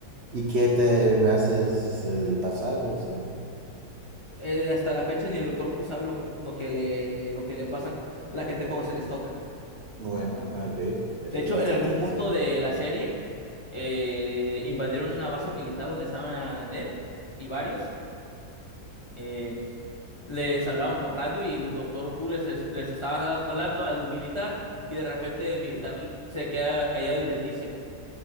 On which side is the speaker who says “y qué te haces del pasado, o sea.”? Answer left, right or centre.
Right